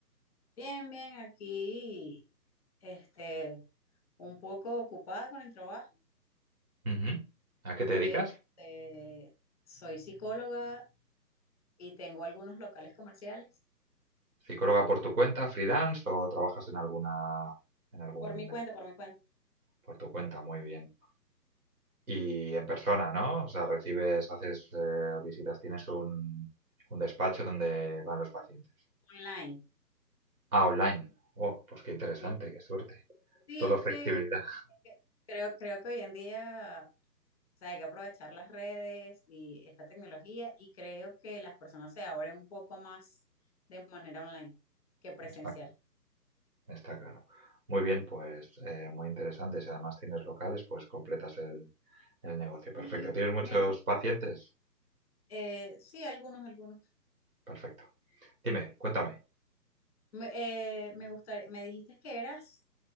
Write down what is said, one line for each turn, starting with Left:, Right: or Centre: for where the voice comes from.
Centre: Bien, bien, aquí, este, un poco ocupada con el trabajo.
Right: Ujú. ¿A qué te dedicas?
Centre: Este, soy psicóloga y tengo algunos locales comerciales
Right: ¿Psicóloga por tu cuenta, freelance o trabajas en alguna, en algún,
Centre: por mi cuenta, por mi cuenta,
Right: por tu cuenta? Muy bien. Y en persona, ¿no? O sea, recibes, haces eh, visitas, tienes un, un despacho donde van los pacientes.
Centre: online.
Right: Ah, online. Oh, pues qué interesante,
Centre: Sí,
Right: qué suerte.
Centre: sí,
Right: Todo
Centre: es
Right: flexibilidad.
Centre: que, es que creo, creo que hoy en día O sea, hay que aprovechar las redes y esta tecnología y creo que las personas se abren un poco más de manera online que presencial.
Right: Está claro, está claro. Muy bien, pues eh, muy interesante. Si además tienes locales, pues completas el, el negocio. Perfecto.
Centre: Y
Right: ¿Tienes muchos
Centre: me gusta,
Right: pacientes?
Centre: eh, sí, algunos, algunos.
Right: Perfecto. Dime, cuéntame.
Centre: Me, eh, me gustaría, me dijiste que eras,